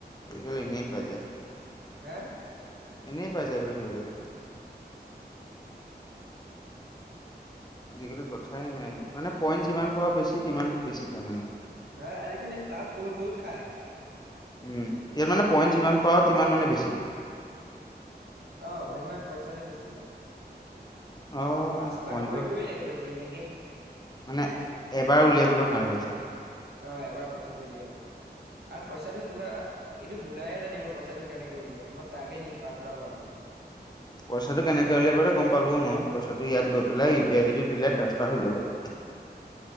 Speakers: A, on the left; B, on the right.
A: আজিকালি এনেই পাই যায়।
B: হা?
A: এনেই পাই যে। <unintelligible> আজিকালি কথাই নাই, মানে, পইণ্ট যিমান পা বেছিিমান বেছি পায়, মানে।
B: হ, আজিকালি প্লাট বহুত, বহুত খায়।
A: উম ইয়াত মানে পইণ্ট যিমান পাওঁ সমান মানে বেছি
B: অ', ভ ইমান পইচাটো বেছি,
A: অ
B: পাঁচবাৰ
A: পইণ্টৰ
B: কৰিবই লাগিব যি এনেকে
A: মানে এবাৰ উলিয়াবলৈ কাৰণে পইচাটো
B: অ', এবাৰ পইচাটো উলিয়াব আৰু পইচাটো কিবা এইটো ভুলাইে জানিব পইচাটো কেনেকে উলিয়াই, মই তাকে দিম পাঁচবাৰ হোৱাৰ পিছত। <inaudible>
A: পইচাটো কেনেকৈ উলিয়াই বাৰু গম পালোঁ মই। পইচাটো ইয়াত গৈ পেলাই, ইউ পি আইডিটো দিলে, ট্ৰাঞ্চফাৰ হৈ যাব তাত।